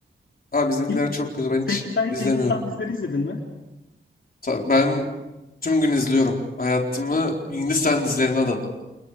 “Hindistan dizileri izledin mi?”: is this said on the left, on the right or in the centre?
Left